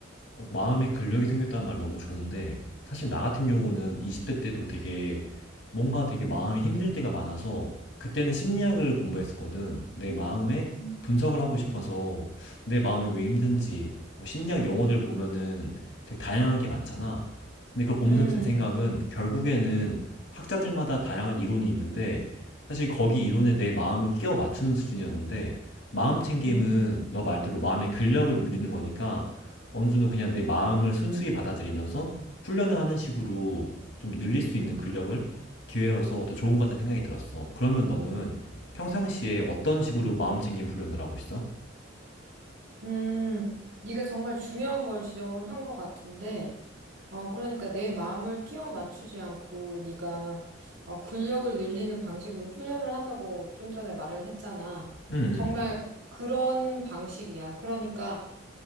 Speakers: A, on the left; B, on the right.
A: 어, 마음의 근력이 생겼다는 말 너무 좋은데 사실 나 같은 경우는 20대 때도 되게 뭔가 되게 마음이 힘들 때가 많아서 그때는 심리학을 공부했었거든. 내 마음에
B: 음,
A: 분석을
B: 음,
A: 하고 싶어서 내 마음이 왜 힘든지 뭐 심리학 용어들 보면은 되게 다양한 게 많잖아. 근데 그걸 보면서
B: 음,
A: 든 생각은 결국에는 학자들마다 다양한 이론이 있는데 사실 거기 이론에 내 마음을 끼워 맞추는 수준이었는데 마음 챙김은
B: 음,
A: 너 말대로 마음의 근력을 눌리는 거니까 어느 정도 그냥 내 마음을 순수히 받아들이면서 훈련을 하는 식으로 좀 늘릴 수 있는 근력을 기회여서 더 좋은 것 같다는 생각이 들었어. 그러면 너는 평상시에 어떤 식으로 마음 챙김 훈련을 하고 있어?
B: 음. 네가 정말 중요한 걸 지적을 한 것 같은데, 어, 그러니까 내 마음을 끼워 맞추지 않고 네가 어, 근력을 늘리는 방식으로 훈련을 한다고 좀 전에 말을 했잖아.
A: 음,
B: 정말 그런 방식이야. 그러니까